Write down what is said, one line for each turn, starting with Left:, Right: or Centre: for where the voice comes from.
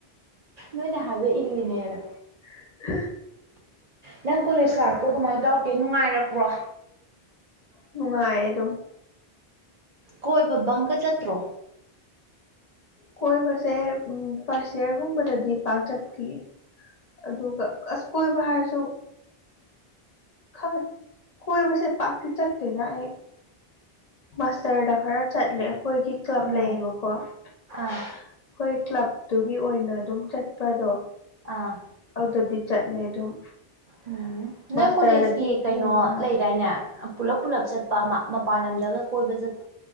Right: ꯅꯣꯏꯅ ꯍꯥꯏꯕ ꯏꯜꯂꯤꯅꯦꯅ
Left: <unintelligible>
Right: ꯅꯪ ꯀꯣꯂꯦꯁ ꯂꯥꯛꯄ ꯀꯃꯥꯏ ꯇꯧꯔꯛꯀꯦ ꯅꯨꯡꯉꯥꯏꯔꯛꯄ꯭ꯔꯣ
Left: ꯅꯨꯡꯉꯥꯏ ꯑꯗꯨꯝ
Right: ꯀꯣꯏꯕ ꯕꯪꯀ ꯆꯠꯇ꯭ꯔꯣ
Left: ꯀꯣꯏꯕꯁꯦ ꯎ ꯐꯥꯔꯁ ꯏꯌꯥꯔꯒꯨꯝꯕꯗꯗꯤ ꯄꯥꯛ ꯆꯠꯇꯤꯌꯦ ꯑꯗꯨꯒ ꯑꯁ ꯀꯣꯏꯕ ꯍꯥꯏꯔꯁꯨ ꯈꯪ--ꯀꯣꯏꯕꯁꯦ ꯄꯥꯥꯛꯇꯤ ꯆꯠꯇꯦꯗ ꯑꯩ ꯃꯥꯁ꯭ꯇꯔꯗ ꯈꯔ ꯆꯠꯂꯦ ꯑꯩꯈꯣꯏꯒꯤ ꯀ꯭ꯂꯕ
Right: ꯎꯝ
Left: ꯂꯩꯌꯦꯕꯀꯣ ꯑꯩꯈꯣꯏ
Right: ꯑꯥ
Left: ꯀ꯭ꯂꯕꯇꯨꯒꯤ ꯑꯣꯏꯅ ꯑꯗꯨꯝ ꯆꯠꯄꯗꯣ
Right: ꯑꯥ
Left: ꯑꯗꯗꯤ ꯆꯠꯂꯦ ꯑꯗꯨꯝ
Right: ꯎꯝ ꯅꯣꯏ
Left: ꯃꯥꯁꯇꯔꯗꯗꯤ
Right: ꯀꯣꯂꯦꯖꯀꯤ ꯀꯩꯅꯣ
Left: ꯍꯦꯟꯅ ꯅꯨꯡꯉꯥꯏ
Right: ꯂꯩꯗꯥꯏꯅꯦ ꯄꯨꯂꯞ ꯄꯨꯂꯞ ꯆꯠꯄ ꯑꯃ ꯃꯄꯥꯟ ꯂꯝꯗꯒ ꯀꯣꯏꯕ ꯆꯠ